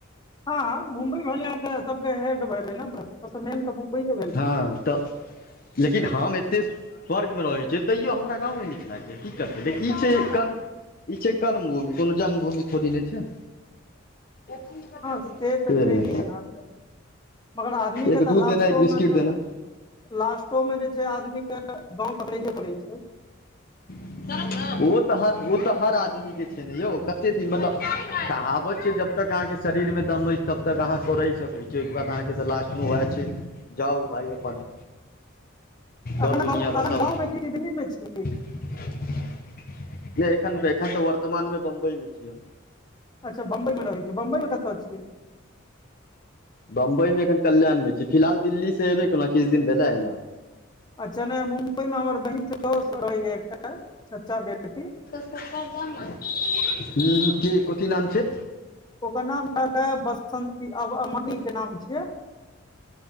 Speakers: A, on the left (about 20°); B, on the left (about 45°).
A: हँ मुम्बई भेलै तऽ सबके हेड भेले ने मेन तऽ मुम्बइए भेल
B: हँ तऽ लेकिन हम एते स्वर्गमे रहैत छैय तैयो हमरा गाँवये नीक लागैय कि करतै देख इ छैय कर्म इ छैय कर्म भूमि कोनो जन्मभूमि थोड़ी नहि छैय कि
A: हँ से तऽ
B: भैलय
A: छैहे अहाँके मगर आदमी
B: एक
A: के
B: दूध
A: तऽ लास्टो
B: देना एक बिस्किट
A: मे
B: देना
A: तऽ लास्टो में जे छैय आदमी के गाँंव पकड़ैे पड़ै छैय <inaudible>
B: ओ तऽ ह ओ तऽ हर आदमीके छैय ने यौ कतेक दिन मतलब कहावत छैय जब तब तक अहाँके शरीर मे दम अछि तब तक अहाँ कोड़य सकैत छिय ओहिके बाद आहाँके तऽ लास्ट वएह छै जाउ भाय अपन
A: अखन
B: दौड़ दुनिया
A: गाँव
B: बसाउ
A: अखन गाँव मे छिय दिल्ली मे छिय
B: नहि एखन एखन तऽ वर्तमानमे बम्बई मे छिय हम
A: अच्छा बम्बई मे रह छै बम्बई मे कतिय छिये
B: बम्बई मे एखन कल्याण मे छिय फिलहाल दिल्ली से एबे केना किछु दिन भेलै एलला
A: अच्छा ने मुम्बई मे हमर बहिन सेहो रहैया एकटा चचा बेटी
B: हू के कथी नाम छैय
A: ओकर नाम रह बसन्ती अमण के नाम छिय